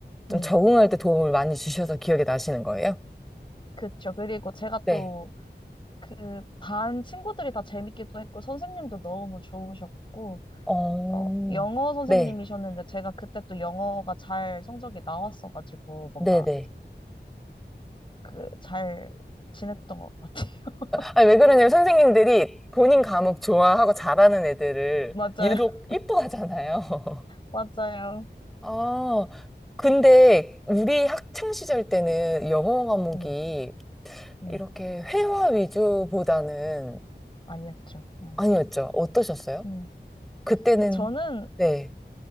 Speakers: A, in the centre; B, on the left.
A: 좀
B: 네.
A: 적응할 때 도움을 많이 주셔서 기억이 나시는 거예요?
B: 그쵸. 그리고 제가
A: 네.
B: 또 그 반 친구들이 다 재밌기도 했고, 선생님도 너무 좋으셨고,
A: 어,
B: 어, 영어 선생님이셨는데
A: 네,
B: 제가 그때 또 영어가 잘 성적이 나왔어가지고 뭔가
A: 네네.
B: 그 잘 지냈던 것 같아요. <laughs>
A: 아니, 왜 그러냐면 선생님들이 본인 과목 좋아하고 잘하는 애들을
B: 맞아요.
A: 유독
B: <laughs>
A: 이뻐하잖아요. <laughs>
B: 맞아요.
A: 아, 근데 우리 학창 시절 때는 영어 과목이
B: 네. 네.
A: 이렇게 회화 위주보다는
B: 아니었죠. 음.
A: 아니었죠. 어떠셨어요?
B: 네.
A: 그때는
B: 저는
A: 네.